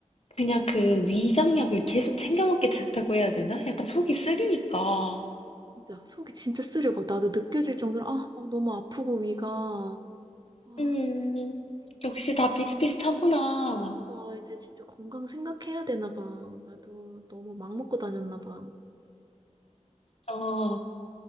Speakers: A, on the left; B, on the right.
A: 그냥 그 위장약을 계속 챙겨 먹게 된다고 해야 되나? 약간 속이 쓰리니까.
B: 진짜 속이 진짜 쓰려. 막 나도 느껴질 정도로 아, 막 너무 아프고 위가 아,
A: 음,
B: 우리 이제
A: 역시
B: 진짜
A: 다
B: 건,
A: 비슷비슷하구나.
B: 어, 이제 진짜 건강 생각해야 되나 봐. 나도 너무 막 먹고 다녔나 봐.
A: 아